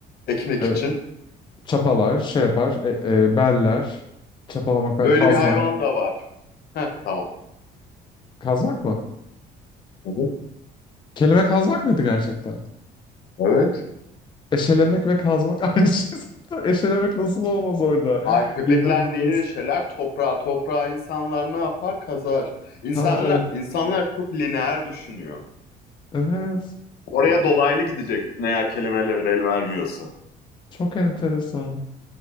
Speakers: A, on the left (about 65°); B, on the left (about 30°).
A: ekmek
B: E,
A: için?
B: çapalar, şey yapar. e, e, beller. Çapalamak ve
A: Böyle
B: kazmak.
A: bir hayvan da var. Heh, tamam.
B: Kazmak mı?
A: Hı hı.
B: Kelime kazmak mıydı gerçekten?
A: Evet.
B: Eşelemek ve kazmak <laughs> aynı şey zaten. Eşelemek nasıl olmaz orada?
A: Hayır, köpekler
B: İnanılmaz.
A: neyi yaşarlar? Toprağa, toprağa insanlar ne yapar? Kazar. İnsanlar,
B: Ha evet.
A: insanlar çok lineer düşünüyor.
B: Evet.
A: Oraya
B: E, e,
A: dolaylı gidecek eğer kelimeler el vermiyorsa.
B: Çok enteresan.